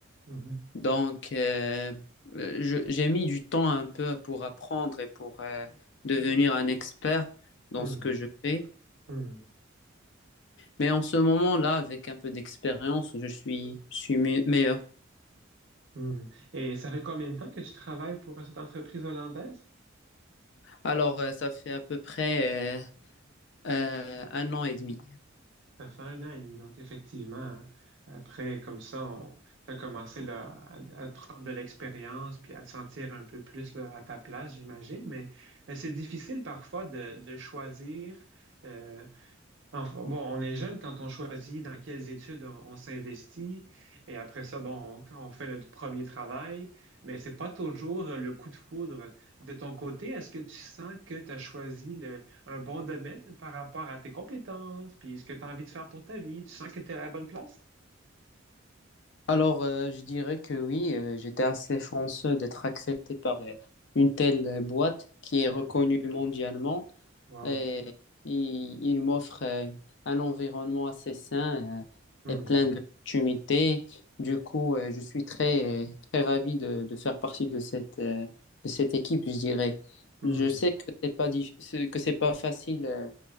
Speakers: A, on the right; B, on the left.
A: mhm,
B: Donc, euh, euh, je- j'ai mis du temps un peu pour apprendre et pour euh, devenir un expert dans
A: mhm,
B: ce que je fais.
A: mhm,
B: Mais en ce moment-là, avec un peu d'expérience, je suis, je suis me- meilleur.
A: mhm. Et ça fait combien de temps que tu travailles pour euh, cette entreprise hollandaise?
B: Alors, euh, ça fait à peu près euh, euh, un an et demi.
A: Ça fait un an et demi, donc effectivement, après, comme ça, on, t'as commencé là, à, à prendre de l'expérience puis à te sentir un peu plus là, à ta place, j'imagine, mais euh, c'est difficile parfois de, de choisir euh, Enfin, bon, on est jeune quand on choisit dans quelles études on, on s'investit et après ça, bon, on, on fait notre premier travail, mais c'est pas toujours euh, le coup de foudre. De ton côté, est-ce que tu sens que tu as choisi le- un bon domaine par rapport à tes compétences, puis ce que tu as envie de faire pour ta vie? Tu sens que tu es à la bonne place?
B: Alors, euh, je dirais que oui, euh, j'étais assez chanceux d'être accepté par euh, une telle euh, boîte qui est
A: Hmm.
B: reconnue mondialement
A: Wow.
B: et il, il m'offre euh, un environnement assez sain
A: Hmm.
B: euh, et plein d'opportunités. Du coup, euh, je suis très, très ravi de, de faire partie de cette, euh, de cette équipe, je dirais.
A: Hmm.
B: Je sais que c'est pas, dif- que c'est pas facile. euh,